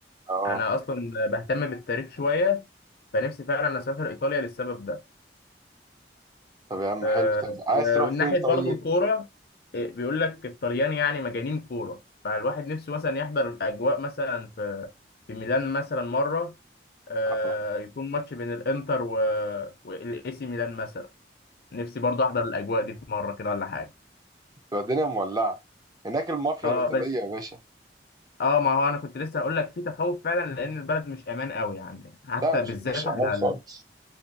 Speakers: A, on the right; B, on the left.
A: اه
B: انا اصلا بهتم بالتاريخ شويه فنفسي فعلا اسافر ايطاليا للسبب ده
A: طب يا عم
B: آه،
A: حلو طب عايز
B: ومن
A: تروح فين
B: ناحيه
A: طيب
B: برضو الكوره آه، بيقول لك الطليان يعني مجانين كوره فالواحد نفسه مثلا يحضر الاجواء مثلا في في ميلان مثلا مره آه،
A: اه
B: يكون ماتش بين الانتر والاي سي ميلان مثلا نفسي برضه احضر الاجواء دي في مره كده ولا حاجه
A: تبقى الدنيا مولعه هناك المافيا
B: اه
A: الايطاليه
B: بس
A: يا باشا
B: اه ما هو انا كنت لسه هقول لك في تخوف فعلا لان البلد مش امان قوي يعني حتى
A: لا مش
B: بالذات
A: مش امان
B: على
A: خالص
B: ال...